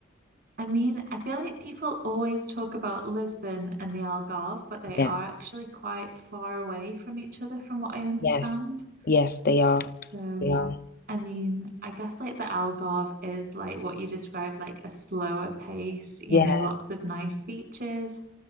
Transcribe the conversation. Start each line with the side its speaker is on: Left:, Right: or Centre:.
Right: I mean, I feel like people always talk about Lisbon and the Algarve, but they
Left: Yeah.
Right: are actually quite far away from each other, from what I understand.
Left: Yes. Yes, they are.
Right: So,
Left: They are.
Right: I mean, I guess like the Algarve is like what you described, like a slower pace, you
Left: Yeah.
Right: know, lots of nice beaches.